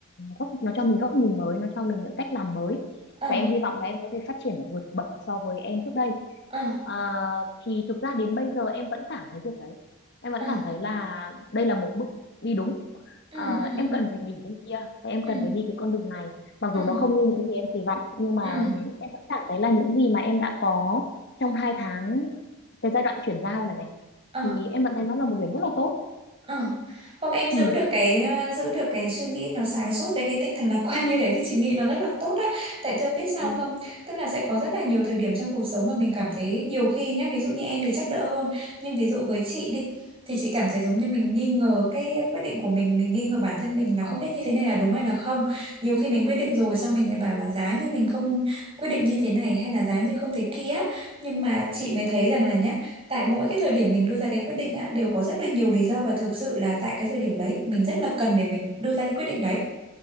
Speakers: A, on the left; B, on the right.
A: góc nó cho mình góc nhìn mới nó cho mình những cách làm mới
B: À.
A: và em hy vọng là em có thể phát triển vượt bậc so với em trước đây
B: À.
A: Ờ, thì thực ra đến bây giờ em vẫn cảm thấy việc đấy em vẫn
B: À.
A: cảm thấy là đây là một bước đi đúng
B: Ừ.
A: Ờ,
B: Ừ.
A: em cần phải nghỉ bên kia và em
B: Ừ.
A: cần phải đi cái con đường này mặc
B: ừ
A: dù nó không như những gì em kỳ vọng nhưng mà
B: ừ
A: em vẫn cảm thấy là những gì mà em đã có trong hai tháng cái giai đoạn chuyển giao này này
B: ờ
A: thì em vẫn thấy nó là một điểm rất là tốt
B: ờ Không em giữ
A: ừ
B: được cái ờ, giữ được cái suy nghĩ nó sáng suốt với cái tinh thần lạc quan như thế thì chị nghĩ nó rất là tốt á tại thường biết sao
A: ừ
B: không tức là sẽ có rất là nhiều thời điểm trong cuộc sống mà mình cảm thấy nhiều khi nhá ví dụ như em thì chắc đỡ hơn nhưng ví dụ với chị đi thì chị cảm thấy giống như mình nghi ngờ cái quyết định của mình mình nghi ngờ bản thân mình là
A: ờ
B: không biết như thế này là đúng hay là không nhiều khi mình quyết định rồi xong mình lại bảo là giá như mình không quyết định như thế này hay là giá như không thế kia á. nhưng mà chị mới thấy rằng là nhá tại mỗi cái thời điểm mình đưa ra cái quyết định á đều có rất là nhiều lý do và thực sự là tại cái thời điểm đấy mình rất là cần để mình đưa ra cái quyết định đấy